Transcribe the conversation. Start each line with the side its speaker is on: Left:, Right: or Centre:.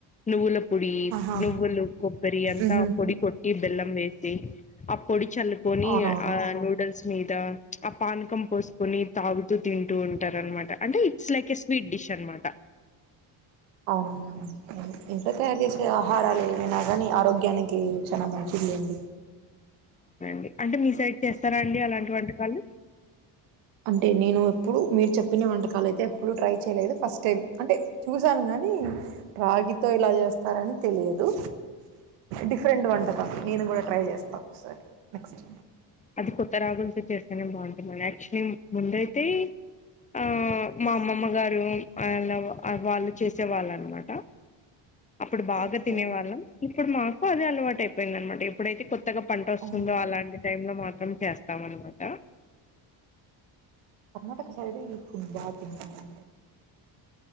Left: నువ్వుల పొడి
Right: ఆహా
Left: నువ్వులు కొబ్బరి అంతా
Right: ఊహూ
Left: పొడిపోట్ ఈ బెళ్ళం సి ఆ పొడి చలుకోని
Right: అవునవునవును
Left: ఆ నూడిల్స్ ని ఆ పానకం పోసుకొని తాగుతూ తింటూ ఉంటారు అనమాట అంటే it's like a sweet dish న్న మాట
Right: అవునవునవు ఇంట్లో తయరు చేసే ఆహారాలు ఏమైనా కానీ ఆరోగ్యానికి చాలా మంచిలేండి
Left: డి అంటే మీ సైడ్ చేస్తారా అండి అలాంటి వంటకాలు
Right: అంటే నేను ఎప్పుడు మీరు చెప్పిన వంటకాలు అయితే ఎప్పుడూ ట్రై చేయలేదు ఫస్ట్ టైం అంటే చూశాను కానీ రాగితో ఇలా చేస్తారని తెలియదు డిఫరెంట్ వంటకం నేను కూడా ట్రై చేస్తా సరే నెక్స్ట్
Left: అది కొత్త రాగులతో చేస్తేనే బాగుంటుండి యాక్చులీ ముందయితే ఆ మా అమ్మమ్మ గారు అలా వాళ్ళు చేసే వాళ్ళు అన్నమాట అప్పుడు
Right: ఓకే
Left: బాగా
Right: ఓకే
Left: తినేవాళ్ళం ఇప్పుడు మాకు మాకు అదే అలవాటైపోయిందనమట ఎప్పుడైతే కొత్త త్తగ పంట వస్తుందో
Right: అవునా
Left: అలాంటి మాత్రం చేస్తాం అన్నమాట
Right: కర్ణాటక సైడ్ ఈ ఫుడ్ బా తింటారు